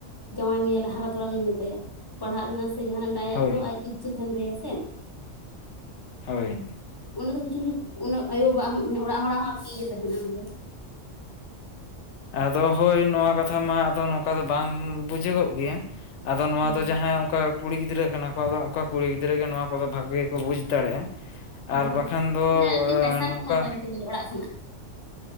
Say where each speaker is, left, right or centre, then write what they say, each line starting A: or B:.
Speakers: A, on the left; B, on the left.
A: ᱡᱟᱶᱟᱭ ᱢᱮᱭᱟᱞᱮ ᱦᱟᱨᱟ ᱛᱚᱨᱟ ᱛᱚᱨᱟᱝ ᱜᱮᱢ ᱢᱮᱛᱟᱭᱟ᱾ ᱯᱟᱲᱦᱟᱜ ᱨᱮᱱᱟ ᱥᱮ ᱡᱟᱦᱟᱱᱟᱜ ᱢᱤᱫᱴᱟᱝ ᱟᱭᱟᱜ
B: ᱦᱳᱭ
A: ᱛᱚ ᱟᱡ ᱛᱮ ᱤᱪᱪᱷᱟᱹ ᱛᱟᱦᱮᱱ ᱛᱟᱭᱟ ᱥᱮ᱾
B: ᱦᱳᱭ᱾
A: ᱚᱱᱮ ᱫᱚ ᱠᱤᱪᱷᱩ ᱠᱤᱪᱷᱩ ᱟᱭᱳᱼ ᱵᱟᱵᱟᱜ ᱦᱚᱸ ᱚᱱᱮ ᱚᱲᱟᱜ ᱦᱚᱲᱟᱜ ᱦᱚᱸ ᱟᱨᱠᱤ ᱤᱭᱟᱹ ᱛᱟᱦᱮᱱᱟ ᱚᱱᱟ ᱫᱚ᱾
B: ᱟᱫᱚ ᱦᱳᱭ ᱱᱚᱣᱟ ᱠᱟᱛᱷᱟ ᱢᱟ ᱟᱫᱚ ᱱᱚᱝᱠᱟ ᱫᱚ ᱵᱟᱝ ᱵᱩᱡᱷᱟᱹᱜᱚᱜ ᱜᱮᱭᱟ᱾ ᱟᱫᱚ ᱱᱚᱣᱟ
A: ᱦᱩᱸ
B: ᱫᱚ ᱡᱟᱦᱟᱸᱭ ᱚᱱᱠᱟ ᱠᱩᱲᱤ ᱜᱤᱫᱽᱨᱟᱹ ᱠᱟᱱᱟ ᱠᱚ ᱟᱫᱚ ᱚᱱᱠᱟ ᱠᱩᱲᱤ ᱜᱤᱫᱽᱨᱟᱹ ᱜᱮ ᱱᱚᱣᱟᱼᱼ ᱠᱚᱫᱚ ᱵᱷᱟᱜᱮ ᱜᱮᱠᱚ ᱵᱩᱡᱽ ᱫᱟᱲᱮᱭᱟᱜᱼᱟ
A: ᱦᱳᱭ
B: ᱟᱨ ᱵᱟᱠᱷᱟᱱ ᱫᱚ
A: ᱚᱱᱮ ᱟᱨᱠᱤ ᱯᱮᱥᱟᱨ
B: ᱱᱚᱝᱠᱟᱼᱼ
A: ᱠᱚ ᱮᱢᱟ ᱠᱚᱣᱟ ᱡᱟᱠᱮ ᱚᱲᱟᱜ ᱠᱷᱚᱱᱟᱜ <inaudible>